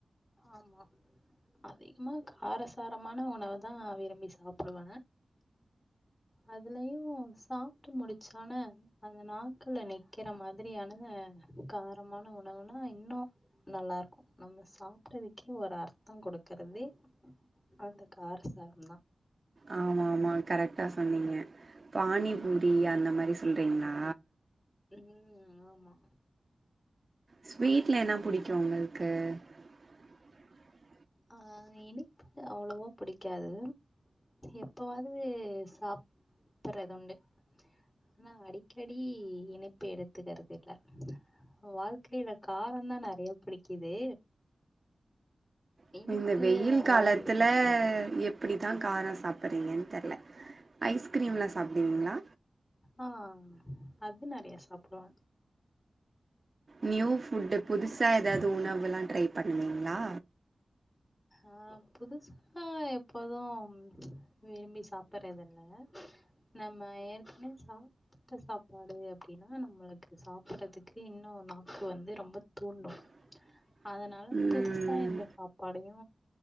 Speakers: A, on the left; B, on the right.
A: ஆமா அதிகமா காரசாரமான உணவு தா விரும்பி சாப்டுவ அதுலயு சாப்ட்டு முடிச்றன அந்த நாக்குல நிக்கிற மாதிரியான காரமான உணவுனா இன்னு நல்லாருக்கு நம்ம சாப் அதுக்கே ஒரு அர்த்த குடுக்கறது அந்த காரசாரதா
B: ஆமா ஆமா கரெக்டா சொன்னீங்க பானிபூரி அந்த மாரி சொல்றீங்ளா
A: ம் ஆமா
B: ஸ்வீட்ல என்ன புடிக்கு உங்களுக்கு <inaudible>
A: அ இனிப் து அவ்ளவா புடிக்காது எப்பவாது சாப் பட்றதுண்டு ஆனா அடிக்கடி இனிப்பு எடுத்துகறதில்ல வாழ்க்கைல காரந்தா நெறைய பிடிக்குது
B: இப்ப
A: இனிப்பு
B: இந்த வெயில்
A: அவ்வளவா
B: காலத்துல
A: ஏத்துக்கறது
B: எப் பிடிதா காரோ சாப்பட்றீங்கன் தெர்ல ஐஸ்கிரீம்லா சாப்டுவீங்ளா
A: அ அது நெறையா சாப்டுவே
B: நியூ ஃபுட்டு புதுசா எதாவ்து உணவுல்லா ட்ரை பண்ணுவீங்ளா
A: அ புதுசா எப்போது ம் விரும்பி சாப்பட்றதில்ல நம்ம ஏற்கனவே சாப் பிட்ட சாப்பாடு அப்டினா நம்மளுக்கு சாப்பட்றத்துக்கு இன்னு நாக்கு வந்து ரொம்ப தூண்டு
B: <inaudible>
A: அதனால
B: ம்
A: புதுசா எந்த சாப் பாடயு